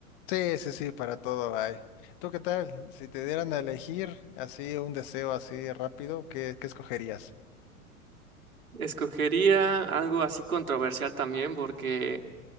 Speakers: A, on the left; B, on the right.
A: Sí, sí, sí, para todo hay. ¿Tú qué tal? Si te dieran a elegir así un deseo así rápido, ¿qué, qué escogerías?
B: Escogería algo así controversial también porque